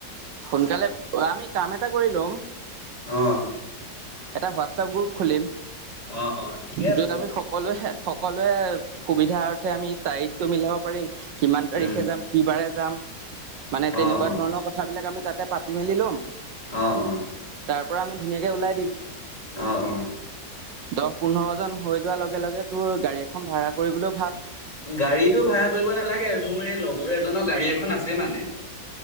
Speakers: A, on the right (about 80°); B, on the left (about 20°).
A: সোনকালে আমি কাম এটা কৰি লম।
B: অহ।
A: এটা হোৱাটছপ গ্ৰুপ খুলিম।
B: অ', অ', ঠিকে আছে
A: য'ত
B: বাৰু।
A: আমি সকলোৱে- সক, সকলোৱে সুবিধা অৰ্থে আমি তাৰিখটো মিলাব পাৰিম। কিমান তাৰিখে
B: উম,
A: যাম, কি বাৰে যাম। মানে তেনেকুৱা
B: অ', অ',
A: ধৰণৰ কথাবিলাক আমি তাতে, পাতি মেলি লম।
B: অ- অ
A: তাৰ পৰা আমি ধুনীয়াকে ওলাই দিম।
B: অ -অ
A: দহ -পোন্ধৰ জন হৈ যোৱাৰ লগে- লগে তোৰ গাড়ী এখন ভাড়া কৰিবলৈ,
B: গাড়ীটো ভা়ড়া কৰিব নালাগে মোৰ এই লগৰ এজনৰ গাড়ী এখন আছে মানে।